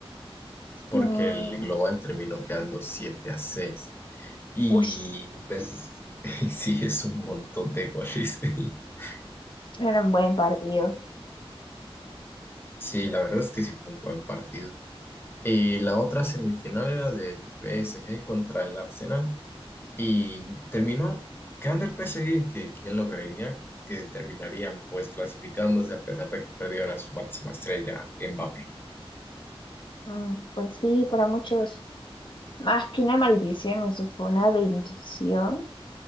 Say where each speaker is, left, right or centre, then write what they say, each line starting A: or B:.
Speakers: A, on the left; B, on the left.
A: porque
B: Mm,
A: el global terminó quedando 7 a seis Y
B: ush,
A: pues <laughs> sí, es un montón de goles. <laughs>
B: era un buen partido.
A: Sí, la verdad es que sí fue un buen partido. Y la otra semifinal era del PSG contra el Arsenal y terminó quedando el PSG, que quién lo creería, que terminarían pues clasificándose a pesar de que perdieron a su máxima estrella, Mbappé.
B: Mm, pues sí, para muchos, más que una maldición, eso fue una bendición